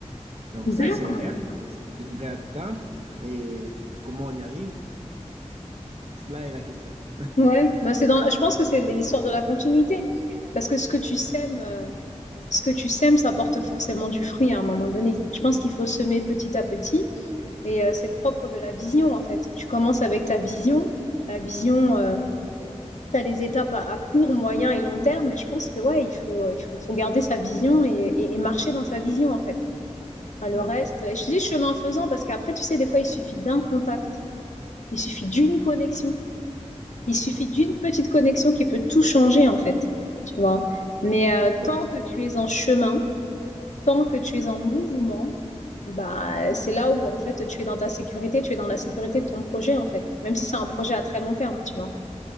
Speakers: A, on the right (about 60°); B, on the left (about 75°).
A: Donc ça,
B: d'accord.
A: c'est le rêve. ça, c'est ce que J'aimerais atteindre, mais comment on y arrive? cela est la question.
B: Ouais, Bah, c'est dans, je pense que c'est l'histoire de la continuité. Parce que ce que tu sèmes, euh, ce que tu sèmes, ça porte forcément du fruit à un moment donné. Je pense qu'il faut semer petit à petit. Et euh, c'est le propre de la vision, en fait. Tu commences avec ta vision. La vision, tu as les étapes à, à court, moyen et long terme. Mais je pense que, ouais, il faut, euh, il faut, faut garder sa vision et, et- et marcher dans sa vision, en fait. Enfin, le
A: Mhm.
B: reste, je te dis chemin faisant, parce qu'après, tu sais, des fois, il suffit d'un contact Il suffit d'une connexion. Il
A: Mhm.
B: suffit d'une petite connexion qui peut tout changer, en fait. Tu vois? Mais euh,
A: Je crois
B: tant
A: aussi.
B: que tu es en chemin, tant que tu es
A: Mhm.
B: en mouvement, bah, c'est là où, en fait, tu es dans ta sécurité, tu es dans la sécurité de ton projet, en fait. Même si c'est un projet à très long terme, tu vois?